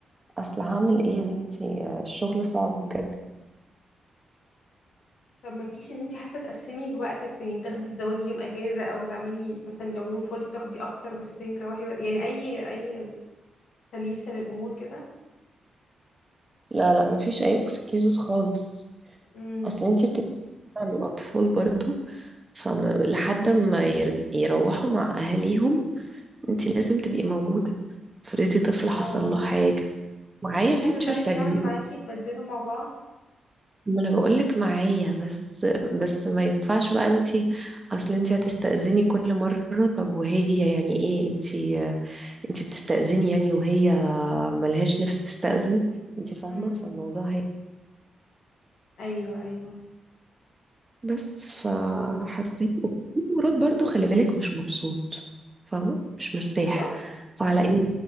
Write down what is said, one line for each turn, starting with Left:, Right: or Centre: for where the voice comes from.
Right: اصل هعمل ايه يا بنتي الشغل
Left: <laughs>
Right: صعب بجد
Left: طب ما فيش ان انت حتى تقسمي الوقت التاني تاخدي تزودي يوم اجازة او تعملي مثلا لو يوم فاضي تاخدي اكتر بس التاني تروحي بقى يعني اي اي تليسة للامور كده
Right: لا لا مفيش اي اكسكيوزز خالص
Left: امم
Right: اصل انتي بت عن الأطفال برضو فلحد ما ير- يروحوا مع أهاليهم انت لازم تبقي موجودة افرضي طفل حصل
Left: اه
Right: له حاجة معايا
Left: مفيش حد
Right: تيتشر
Left: طيب
Right: تانيين
Left: يعمل معاكي تبدلوا مع بعض
Right: ما انا بقولك معايا بس بس ما ينفعش بقى انت اصل انت هتستأذني كل مرة طب وهي يعني ايه انت انت بتستأذني يعني وهي ملهاش نفس تستأذن انت فاهمة
Left: امم
Right: فالموضوع هي
Left: ايوه ايوه
Right: بس فحسيت
Left: خلاص
Right: مرات برضو خلي بالك مش مبسوط فاهمه مش مرتاح
Left: بجد
Right: فعلى ايه